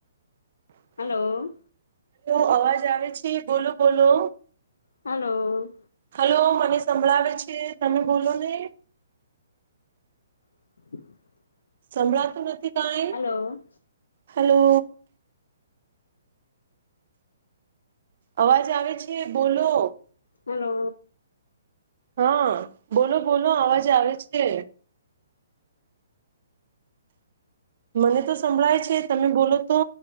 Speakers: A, on the left (about 80°); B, on the right (about 55°).
A: હાલો.
B: હાલો અવાજ આવે છે. બોલો બોલો.
A: હાલો.
B: હાલો મને સંભળાવે છે, તમે બોલો ને.
A: <inaudible>
B: સંભળાતું નથી. કઈ
A: હાલો
B: હલો અવાજ આવે છે બોલો
A: હલો
B: હા બોલો બોલો અવાજ આવે છે મને તો સંભળાય છે તમે બોલો તો